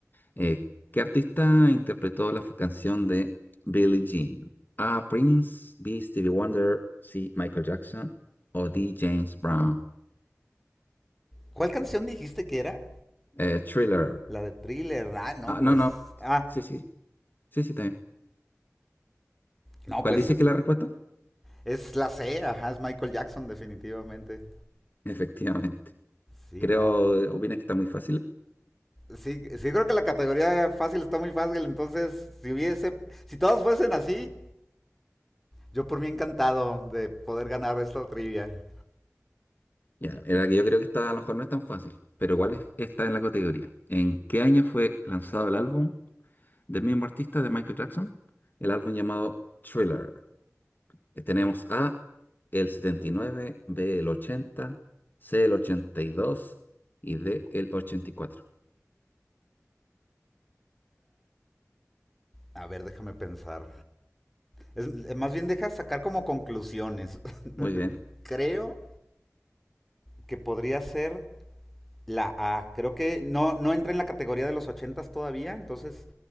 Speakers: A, on the left; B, in the centre.
A: Eh, ¿qué artista interpretó la f- canción de Billie Jean? A, Prince, B, Stevie Wonder, C, Michael Jackson o D, James Brown.
B: ¿Cuál canción dijiste que era?
A: Eh, Thriller.
B: La de Thriller. Ah, no,
A: Ah,
B: pues.
A: no, no.
B: Ah,
A: Sí, sí, sí, sí, también.
B: no,
A: ¿Cuál
B: pues
A: dice que es la respuesta?
B: Es la C, ajá, es Michael Jackson, definitivamente.
A: Efectivamente.
B: Sí,
A: Creo,
B: no.
A: ¿opinas que está muy fácil?
B: Sí, sí creo que la categoría fácil está muy fácil, entonces si hubiese, si todos fuesen así, yo por mí encantado de poder ganar esta trivia.
A: Ya, en la que yo creo que esta a lo mejor no es tan fácil, pero ¿cuál
B: A,
A: es esta en la categoría? ¿En qué año fue lanzado el álbum del mismo artista de Michael Jackson? El álbum llamado Thriller. Eh, Tenemos A, el 79, B, el 80, C, el 82 y dos y D, el 84.
B: a ver, déjame pensar. Es- eh, más bien deja sacar como conclusiones. <laughs>
A: Muy bien.
B: Creo que podría ser la A. Creo que no, no entra en la categoría de los ochentas todavía, entonces